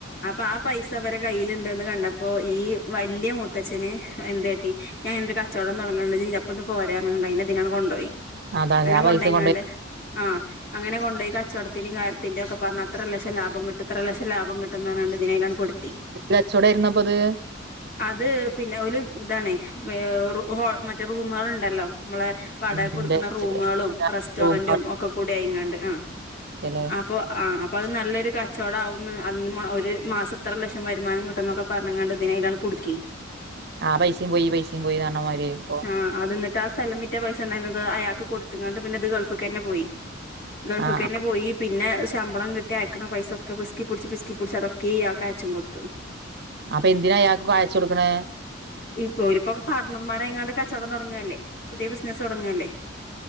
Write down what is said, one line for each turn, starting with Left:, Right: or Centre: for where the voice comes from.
Left: അപ്പൊ ആ പൈസ ഇവരെ കയ്യിലുണ്ടന്ന് കണ്ടപ്പോ ഈ വല്യ മുത്തച്ഛന് എന്തട്ടി ഞാനൻ ഒരു കച്ചവടം തുടങ്ങുന്നുണ്ട്പ്പൊന്ന് പോരാ റങ്ങണ്ട് അയിന്റെപോ ഇതിന കൊുപോയി
Right: അതാ
Left: അങ്ങനെ
Right: ആ പൈസ
Left: കൊണ്ട്യിങ്ങാണ്ട്
Right: കൊണ്ടോയി
Left: ആഹ് അങ്ങനെ കൊണ്ട് യി കച്ചവടത്തിന്റെയും കാര്യത്തിന്റെയും ഒക്കെ പറഞ്ഞ അത്ര ലക്ഷം ലാഭം കിട്ടും ഇത്ര ലക്ഷം ലാഭം കിട്ടും ട്ടുന്നർണണ്ട് ദിനയിലാണ് പെടുത്തി
Right: കച്ചവടം ആയിരുന്നപ്പോ ഇത്
Left: അത് പിന്നെ ഒരു ഇതാണ് ഹോ മറ്റേ റൂമുകൾ ഉണ്ടല്ലോ നമ്മളെ പട
Right: ഉം
Left: കൊടുക്കണ
Right: ഡസ്റ്റ്
Left: റൂമളും റെസ്റ്റോറന്റും
Right: റൂം
Left: ഒക്കെ കൂടി അയിങ്ങണ്ട് ആ
Right: ല്ലേ
Left: അപ്പൊ ആഹ് അപ്പൊ അത് നല്ലൊരു കച് ചോടാവുന്ന അതിന് ഒരു മാസംത്ര ലക്ഷം വരുമാനം കിട്ട എന്നൊക്കെ പറഞ്ഞാണ്ട് ഇതിനതിലാണ് കുടുക്കേ
Right: ആഹ് പൈസയും പോയി ഈ പൈസയും പോയി നറഞ്ഞ മാരിയായിഇപ്പോ
Left: ആഹ് അത ന്നട്ട് ആ സ്ഥലംവിറ്റാ പൈസ ഉണ്ടായിരന്നത് അയാൾക്ക് കൊടുത്താണ്ട് പിന്നെ ഇത് ഗൾഫിക്കെന്നെ പോയി ഗൾഫ്ക്കന്നെ
Right: ആ ആ.
Left: പോയി പിന്നെ ശമ്പളം കിട്ടി അയക്കണ പൈസ ഒക്കെ പിസ്ക്കി പിടിച്ച് പിസ്ക്കി പിടിച്ച് അതൊക്ക ഇയാക്ക് അയച്ചും കൊടുത്തു
Right: അപ്പൊ എന്തിനാ അയാൾക്ക് കാഴ്ച കൊടുക്കേ
Left: പോ ഒരു ഇപ്പോ പാർട്ണർമാര അങ്ങാണ്ട് കച്ചവടം തുടങ്ങുല്ലേ പുതിയ ബിസിനസ് തുടങ്ങല്ലേ